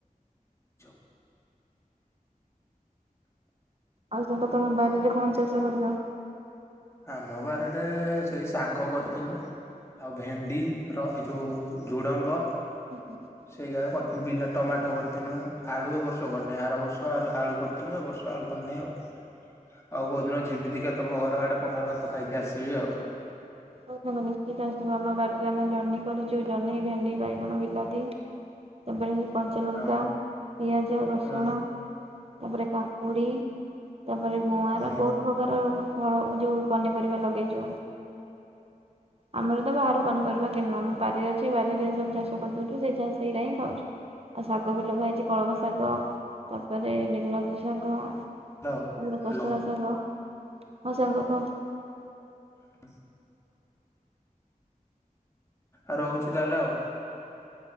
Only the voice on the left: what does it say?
<unintelligible>
ଆମ ବାରିରେ ସେଇ ଶାଗ କରଥିନୁ। ଆଉ ଭେଣ୍ଡି ର ଏ ଯୋଉ ଝୁଡ଼ଙ୍ଗ।
ସେଇଗା କରିିଥି ବିଲ ଟମାଟ କରିଥିନୁ ଆଳୁ ଏ ବର୍ଷ କରନେଇ ଆର ବର୍ଷ ଆରୁ ଆଳୁ କର ନୁ ଏ ବର୍ଷ ଆଳୁ କରିନେଇ ଆଉ। ଆଉ କୋଉ ଦିନ ଯିବି ଦେଖିଆ ତମ ଘର ଆଡ଼େ ପଖାଳ ଭାତ ଖାଇକି ଆସିବି ଆଉ।
ହଁ
ହୁଁ
ହୁଁ
ହ୍ୟାଲୋ
ହ୍ୟାଲୋ
ହେସ୍ ଆଉ ରହୁଚି ତାହେଲେ ଆଉ।